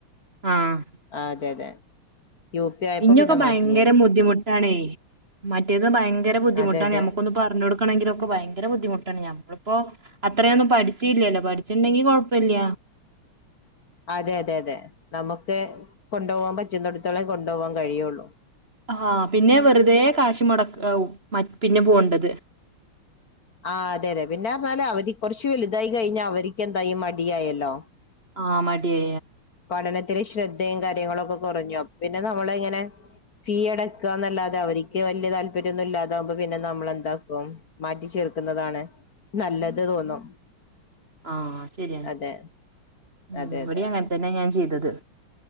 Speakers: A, on the right; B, on the left.
A: ആഹ്
B: ആ അതെ അതെ യു പി ആയപ്പോ
A: ഇഞ്ഞൊക്കെ
B: പിന്നെ
A: ഭയങ്കര
B: മാറ്റി ഞാൻ
A: ബുദ്ധിമുട്ടാണേ മറ്റേത് ഭയങ്കര ബുദ്ധിമുട്ടാണ്
B: അതെ അതെ
A: നമുക്കൊന്ന് പറഞ്ഞ കൊടുക്ക ണെങ്കില ഒക്കെ ഭയങ്കര ബുദ്ധിമുട്ടാണ് ഞമ്മളിപ്പോ അത്രയൊന്നും പഠിച്ചില്ലല്ലോ പഠിച്ചിണ്ടെങ്കി കുഴപ്പമില്ല
B: അതെ അതെ അതെ നമുക്ക് കൊണ്ടുപോകാൻ പറ്റുന്നടത്തോളം കൊണ്ടുപോകാൻ കഴിയുള്ളു
A: ആഹ പിന്നെ വെറുതെ കാഷ് മുടക്കയാവും മ പിന്നെ പോവണ്ടത്
B: ആ അതെ അതെ പിന്നെഞ്ഞാല് അവർ കൊറച്ച് വലുതായി കഴിഞ്ഞ അവർക്ക് എന്തായി മടിയായല്ലോ
A: ആ മടിയ
B: പഠനത്തിലെ ശ്രദ്ധയും കാര്യങ്ങളുമൊക്കെ കുറഞ്ഞു അപ്പൊ പിന്നെ നമ്മള ഇങ്ങനെ ഫീ അടക്കുകല്ലാതെ തെ അവർക്ക് വലിയ താല്പര്യമൊന്നും ഇല്ലാതാവകുമ്പോ പിന്നെ നമ്മളെന്താക്കും മാറ്റി ചേർക്കുന്നതാണ് നല്ലത് തോന്നും
A: ആഹ ശരിയാണ്
B: അതെ
A: ഉ
B: അതെ
A: ഇവിടെ
B: അതെ
A: അങ്ങനെ തന്നെ ഞാൻ ചെയ്തത്